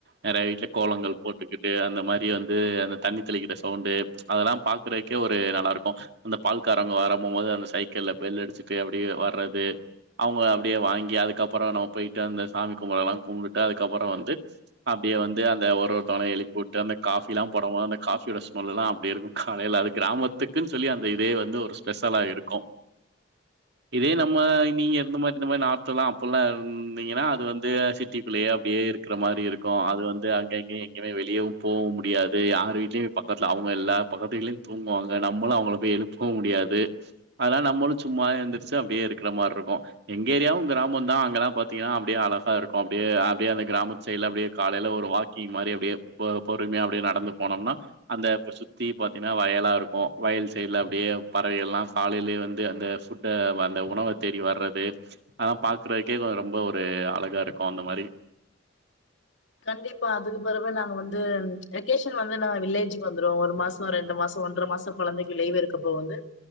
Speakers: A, on the right; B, on the left.
A: நெறைய வீட்ல கோலங்கள் போட்டு இப்டியே அந்த அந்த மாரி வந்து அந்த தண்ணி தெளிக்கிற சவுண்டு அதெல்லா பாக்கறதுக்கே ஒரு நல்லாருக்கு அந்த பால்காரவங்க வரமும்போது அந்த சைக்கிள்ல பெல் அடிச்சுட்டு அப்டியே வர்றது அவங்க அப்டியே வாங்கி அதுக்கப்பற நம்ம போய்ட்டு அந்த சாமி கும்பறலா கும்ப்டுட்டு அதுக்கப்பற வந்து அப்டியே வந்து அந்த ஒரொருத்தவங்கள எழுப்பி உட் டு அந்த காஃபிலா போட போது அந்த காஃபியோட ஸ்மெல்லெல்லா அப்டி இருக்கு காலையில அது கிராமத்துக்குன் சொல்லி அந்த இதே வந்து ஒரு ஸ்பெஷலா இருக்கு இதே நம்ம நீங்க இருந்த மாரி இந்த மாரி லா அப்பல்லா இருந்திங்கனா அது வந்து சிட்டிக்குள்ளயே அப்டியே இருக்கற மாரி இருக்கு அது வந்து அங்கங்க எங்கமே வெளியவு போவ முடியாது யார் வீட்லயு போய் பக்கத்துல அவங்க இல்ல பக்கத்து வீடலயு தூங்குவாங்க நம்மளு அவங்கள போய் எழுப்பவு முடியாது அதெல்லா நம்மளு சும்மாவே எந்திரிச்சு அப்டியே இருக்கிற மாரி இருக்கு எங்க ஏரியாவு கிராமந்தா அங்கல்லா பாத்திங்கனா அப்டியே அழகா இருக்கு அப்டியே அப்டியே அந்த கிராமத் சைட்ல அப்படியே காலையில ஒரு வாக்கிங் மாரி அப்டியே பொ பொறுமையா அப்டியே நடந்து போனம்னா அந்த இப்ப சுத்தி பாத்தினா வயலா இருக்கு வயல் சைடுல அப்டியே பறவையெல்லா காலையிலயே வந்து அந்த ஃபுட்ட அந்த உணவ தேடி வர்றது அதல்லா பாக்கறதுக்கே ரொம்ப ஒரு அழகாருக்கு அந்த மாரி
B: கண்டிப்பா அதுக்கு பெறவு நாங்க வந்து வெகேஷன் வந்து நா வில்லேஜ்க்கு வந்துருவோ ஒரு மாசொ ரெண்டு மாசொ ஒன்ற மாசொ கொழந்தைக்கு லீவு இருக்கப்போ வந்து